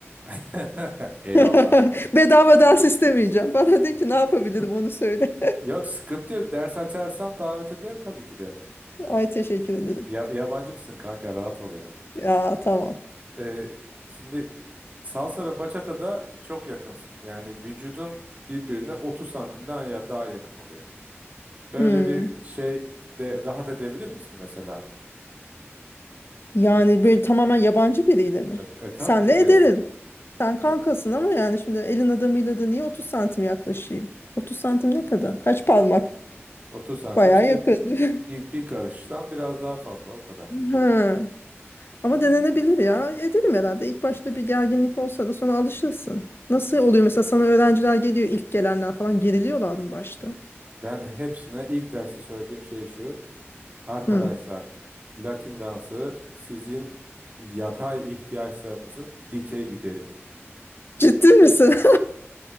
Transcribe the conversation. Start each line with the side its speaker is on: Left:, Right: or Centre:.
Right: <laughs> eyvallah.
Left: <laughs> Bedava dans istemeyeceğim. Bana de ki ne yapabilirim onu söyle.
Right: Yok sıkıntı yok. Ders açarsam davet ederim tabii ki de.
Left: <laughs> Ay teşekkür ederim.
Right: Ya, yabancı mısın kanka rahat ol ya.
Left: Ya tamam.
Right: Ee, şimdi salsa ve bachata da çok yakınsın. Yani vücudun birbirine 30 santimden ya daha yakın oluyor. Böyle
Left: Hı.
Right: bir şey de rahat edebilir misin mesela?
Left: Yani böyle tamamen yabancı biriyle mi?
Right: E, e, tabii
Left: Senle
Right: ki de
Left: ederim.
Right: yani.
Left: Sen kankasın
Right: E,
Left: ama yani şimdi elin adamıyla da niye 30 santim yaklaşayım? 30 santim ne kadar? Kaç parmak?
Right: 30 santim
Left: Bayağı
Right: işte
Left: yakın. <laughs>
Right: bir, bir karıştan biraz daha fazla o kadar.
Left: Ha. Ama denenebilir ya. Ederim herhalde. İlk başta bir gerginlik olsa da sonra alışırsın. Nasıl oluyor mesela sana öğrenciler geliyor ilk gelenler falan geriliyorlar mı başta?
Right: Ben hepsine ilk derste söylediğim şey şu. Arkadaşlar
Left: Hı.
Right: Latin dansı sizin yatay ihtiyaçlarınızın dikey giderimidir.
Left: Ciddi misin?